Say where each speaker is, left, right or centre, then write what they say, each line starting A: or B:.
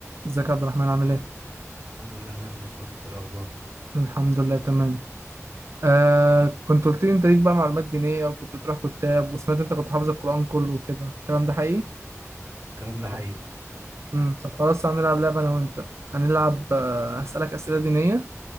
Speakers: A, on the right (about 60°); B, on the right (about 75°).
A: ازيك يا عبد الرحمن عامل ايه؟
B: الحمد لله ازيك يا مصطفى ايه الاخبار
A: الحمد لله تمام آه كنت قلت لي انت ليك بقى معلومات دينية وكنت بتروح كتاب وسمعت انت كنت حافظ القرآن كله وكده الكلام ده حقيقي؟
B: الكلام ده حقيقي
A: امم طب خلاص هنلعب لعبة انا وانت هنلعب آه هسألك أسئلة دينية